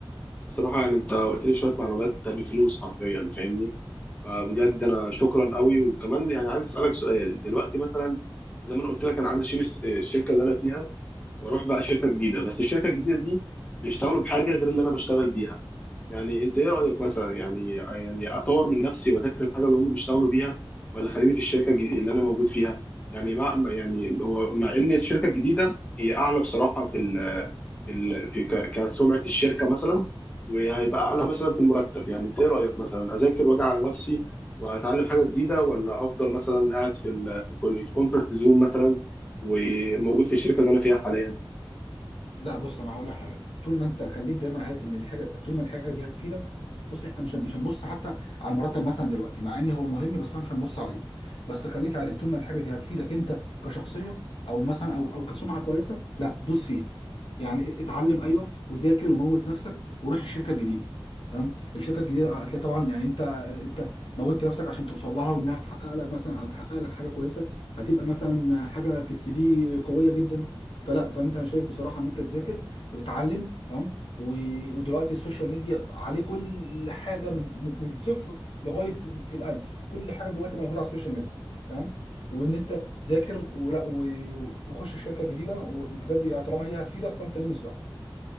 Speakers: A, on the left; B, on the left.
A: بصراحة يعني انت قلت لي شوية معلومات بفلوس حرفيا فاهمني فبجد انا شكرا قوي وكمان يعني عايز اسألك سؤال دلوقتي مثلا زي ما انا قلت لك انا عايز اشيل الشركة اللي انا فيها واروح بقى شركه جديده بس الشركه الجديده دي بيشتغلوا بحاجه غير اللي انا بشتغل بيها يعني انت ايه رايك مثلا يعني يعني اطور من نفسي واذاكر الحاجه اللي هم بيشتغلوا بيها ولا خليني في الشركه الج- اللي انا موجود فيها يعني مع يعني هو مع ان الشركه الجديده هي اعلى بصراحه في ال في ال في ك- كسمعه الشركه مثلا وهيبقى اعلى مثلا في المرتب يعني انت ايه رايك مثلا اذاكر واجي على نفسي واتعلم حاجه جديده ولا افضل مثلا قاعد في ال في الكومفورت زون مثلا وموجود في الشركه اللي انا فيها حاليا
B: لا بص انا هقول لك حاجه طول ما انت خليك دايما عارف ان الحاجه طول ما الحاجه دي هتفيدك بص احنا مش مش هنبص حتى على المرتب مثلا دلوقتي مع ان هو مهم بس انا مش هنبص عليه بس خليك عارف طول ما الحاجه دي هتفيدك انت كشخصيه او مثلا او او كسمعه كويسه لا دوس فيها يعني اتعلم ايوه وذاكر وموت نفسك وروح الشركه الجديده تمام الشركه الجديده هتلاقي طبعا يعني انت انت موتت نفسك عشان توصل لها وانها تحقق لك مثلا هتحقق لك حاجه كويسه هتبقى مثلا حاجه في السي في قويه جدا فلا فانت انا شايف بصراحه ان انت تذاكر وتتعلم تمام و- ودلوقتي السوشيال ميديا عليه كل حاجه من من من الصفر لغايه الالف كل حاجه دلوقتي موجوده على السوشيال ميديا تمام وان انت ذاكر ولا و- وخش شركه جديده و- وبجد يعني طالما هي هتفيدك فانت دوس بقى